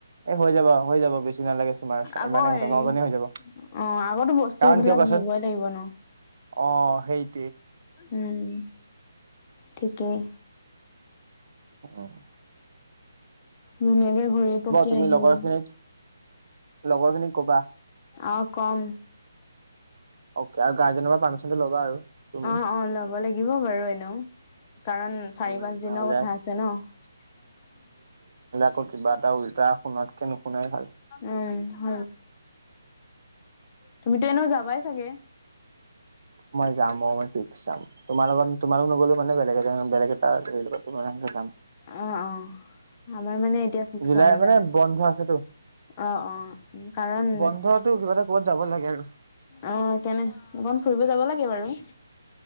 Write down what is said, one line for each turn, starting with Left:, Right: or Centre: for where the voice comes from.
Right: এই হৈ যাব হৈ যাব বেছি নালাগে চোমাৰ
Left: আকৌ
Right: ইমানেই
Left: হেৰি
Right: ঘট ননে হৈ যাব
Left: অ আগতো বস্তুবিলাক
Right: কাৰণ কিয় কোৱাচোন
Left: নিবই লাগিব ন
Right: অ', সেই
Left: উম, ঠিকেই
Right: অ',
Left: ধুনীয়াকে ঘূৰি পকিয়াই
Right: তুমি
Left: আহিব
Right: লগৰ খিনিক লগৰ খিনিক কবা।
Left: অ', কম।
Right: অ', আৰু গাৰ্জেনৰ পাৰ্মিচনটো লবা আৰু তুমি
Left: অ', অ', ল'ব লাগিব বাৰু এনেও কাৰণ চাৰি
Right: উম
Left: পাঁচ দিনৰ
Right: নহ'লে
Left: কথা আছে ন।
Right: আক কিবা এটা উল্টা শুনাতকে নুশুনাই ভাল
Left: উম, হ তুমিতো এনেও যাবাই চাগে
Right: মই যাম অ', মই ফিক্স যাম তোমাৰ লগত তোমালোক নগলো মানে বেলেগ এ বেলেগ এটা লগত যাম।
Left: অ', অ', আমাৰ মানে এতিয়া ফিক্স
Right: জুলাই
Left: হোৱা নাই
Right: মানে
Left: কাৰণ
Right: বন্ধ আছেতো।
Left: অ', অ', কাৰণ
Right: বন্ধতো কিবা এটা ক'বাত যাব লাগে আৰু
Left: অ', কেনে অকণ ফুৰিব যাব লাগে বাৰু